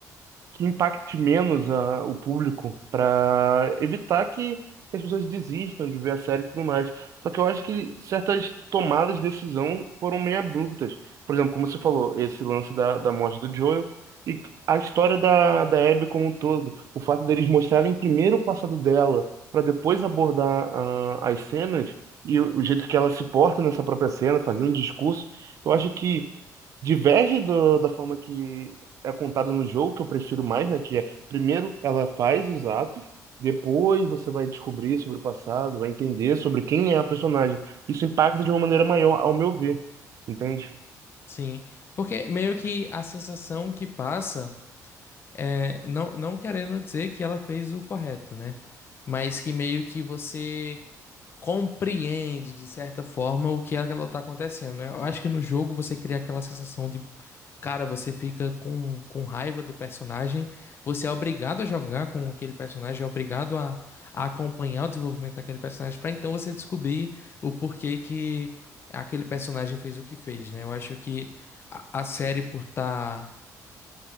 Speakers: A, on the right; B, on the left.
A: que impacte menos a- o público para evitar que as pessoas desistam de ver a série e tudo mais. Só que eu acho que certas tomadas de decisão foram meio abruptas. Por exemplo, como você falou, esse lance da, da morte do Joel e a história da, da Abby como um todo. O fato deles mostrarem primeiro o passado dela para depois abordar ah, as cenas e o, o jeito que ela se porta nessa própria cena, fazendo discurso. Eu acho que diverge do- da forma que é contada no jogo, que eu prefiro mais, né? Que é, primeiro ela faz os atos, depois você vai descobrir sobre o passado, vai entender sobre quem é a personagem. Isso impacta de uma maneira maior, ao meu ver, entende?
B: Sim, porque meio que a sensação que passa é não não querendo dizer que ela fez o correto, né? Mas que meio que você compreende, de certa forma, o que é que ela tá acontecendo, né? Eu acho que no jogo você cria aquela sensação de, cara, você fica com, com raiva do personagem, você é obrigado a jogar com aquele personagem, é obrigado a, a acompanhar o desenvolvimento daquele personagem, pra então você descobrir o porquê que aquele personagem fez o que fez, né? Eu acho que a, a série, por estar,